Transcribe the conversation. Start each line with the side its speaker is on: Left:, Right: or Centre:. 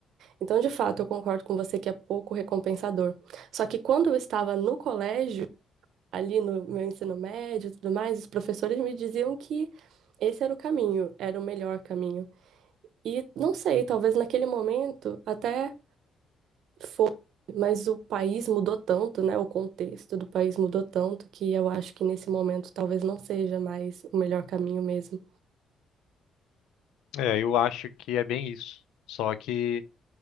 Right: Então, de fato, eu concordo com você que é pouco recompensador. Só que quando eu estava no colégio, ali no meu ensino médio e tudo mais, os professores me diziam que esse era o caminho, era o melhor caminho. E não sei, talvez naquele momento até foi, mas o país mudou tanto, né? O contexto do país mudou tanto que eu acho que nesse momento talvez não seja mais o melhor caminho mesmo.
Left: É, eu acho que é bem isso. Só que